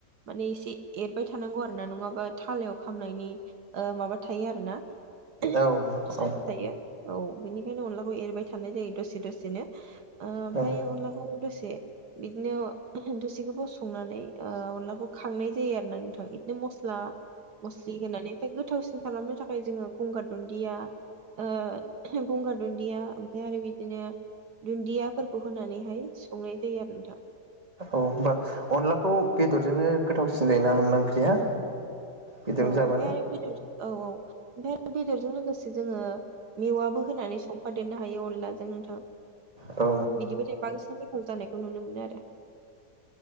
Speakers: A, on the right; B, on the right.
A: माने एसे एरबाय थानांगौ आरो ना नङाबा थालायाव खामनायनि ओ माबा थायो आरो ना ओह
B: औ औ
A: चान्स थायो औ बेनिखायनो अनलाखौ एरबाय थानाय जायो दसे दसेनो ओमफायो
B: औ
A: अनला खौ दसे बिदिनो ओह दसे गोबाव संनानै ओ अनलाखौ खांनाय जायो आरो ना नोंथां बिदिनो मस्ला-मस्लि होनानै ओमफ्राय गोथावसिन खालामनो थाखाय जोङो गंगार दुन्दिया ओ गंगार दुन्दिया ओमफ्राय आरो बिदिनो दुन्दियाफोरखौ होनानैहाय संनाय जायो आरो नोंथां।
B: औ होमबा अनलाखौ बेदरजोंनो गोथावसिन जायोना अनला ओंख्रिया? बेदरजों
A: औ ओमफ्राय
B: जाबानो
A: आरो बेदर औ औ। ओमफ्राय आरो बेदरजों लोगोसे जोङो मेवाबो होनानै संफादेरनो हायो अनलाजों नोंथां
B: औ
A: बिदिबाथाय बांसिन गोथाव जानायखौ नुनो मोनो आरो